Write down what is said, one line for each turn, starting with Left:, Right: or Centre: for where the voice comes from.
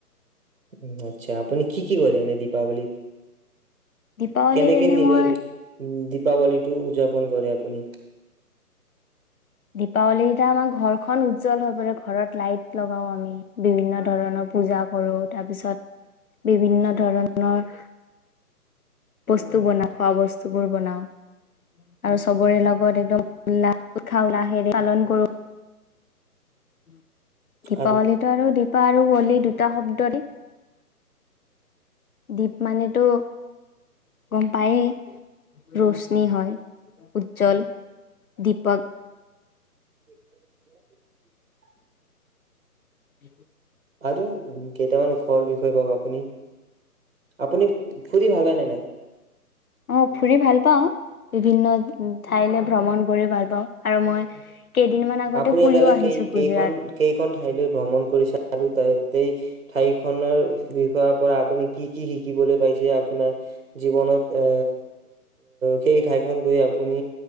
Right: উ আচ্ছা আপুনি কি কি কৰে এনে দীপাৱলী
Left: দীপাৱলীত
Right: কেনেকে
Left: এনে
Right: নিজৰ
Left: মই
Right: দীপাৱলী টো উদযাপন কৰে আপুনি
Left: দীপাৱলীটে আমাৰ ঘৰখন উজ্জ্বল হৈ পৰে ঘৰত লাইট লগাও আমি বিভিন্ন ধৰণৰ পূজা কৰো তাৰপিছত বিভিন্ন ধৰণৰ বস্তু বনা খোৱা বস্তু বোৰ বনাও আৰু চবৰে লগত একদম উ উৎসাহ উললাহেৰে পালন কৰো উম দীপাৱলী
Right: আৰু
Left: আৰু দীপা আৰু বলি দুটা শব্দ দপ দ্বীপ মানেতো গম পায়েই ৰ'ষ্ট পত্নী হয় উজ্জ্বল দীপক
Right: <unintelligible>
Left: উম
Right: আৰু কেইটামান ওখৰ বিষয়ে কওক আপুনি। ‌ আপুনি- ভাল হয় ন নাই?
Left: অ ফুৰি ভাল পাওঁ, বিভিন্ন- উ খাইলে ভ্ৰমণ কৰি ভাল পাওঁ আৰু মই কেইদিনমান আগতে
Right: আপুনি
Left: ফুৰিও
Right: এতিয়ালৈ
Left: আহিছো
Right: কেই
Left: গুজৰাট
Right: কেইখন কেইখন ঠাইলৈ ভ্ৰমণ কৰিছে- ততেই- ঠাইখনৰ বিষয়- পৰা আপুনি কি কি শিকিবলৈ পাইছে আপোনাৰ জীৱনত এ সেই ঠাইখন গৈ আপুনি